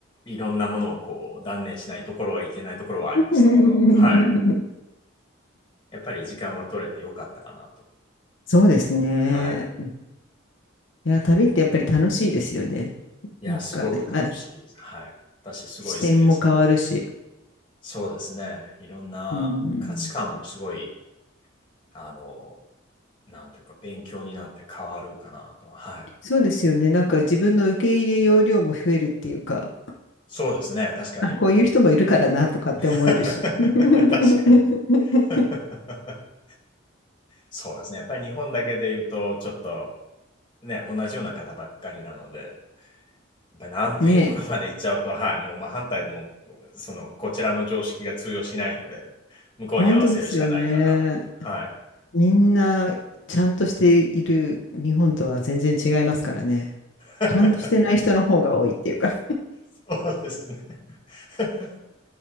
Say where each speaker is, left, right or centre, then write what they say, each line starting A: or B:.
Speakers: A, on the left; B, on the left.
A: いろんなものをこう断念しないところはいけないところはありましたけど、
B: <laughs>
A: はい。やっぱり時間は取れてよかったかなと。
B: そうですね。
A: はい。
B: いや、旅ってやっぱり楽しいですよね。
A: いや、
B: なんか、
A: すごく楽しいです。
B: あ、
A: はい。私、すごい好きです。
B: 視点も変わるし。
A: そうですね。いろんな価値観もすごい
B: うん。
A: あの、なんというか、勉強になって変わるかなと。はい。
B: そうですよね。なんか自分の受け入れ容量も増えるっていうか、
A: そうですね、確かに。
B: あ、こういう人もいるからなとかって思えるし。
A: <laughs>
B: <laughs>
A: 確かに。<laughs> そうですね、やっぱり日本だけで言うと、ちょっとね、同じような方ばっかりなので、やっぱ南米とかまで行っちゃうと、
B: ねえ、
A: はい、もう真反対でも、その、こちらの常識が通用しないので、向こうに合わせるしかないかなと。
B: 本当ですよね。
A: はい。
B: みんなちゃんとしている日本とは全然違いますからね。
A: <laughs>
B: ちゃんとしてない人の方が多いっていうか。
A: そうですね。<laughs>